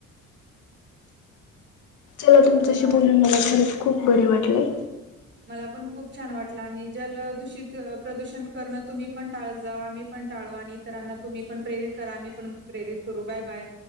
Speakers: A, on the left; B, on the right.
A: मला तुमच्याशी
B: अ
A: बोलून मला खरंच खूप बरे वाटले.
B: मला पण खूप छान वाटलं आणि जलदूषित प्रदूषण करणं तुम्ही पण टाळत जावा. आम्ही पण टाळू आणि इतरांना तुम्ही पण प्रेरित करा. आम्ही पण प्रेरित करू. बाय-बाय.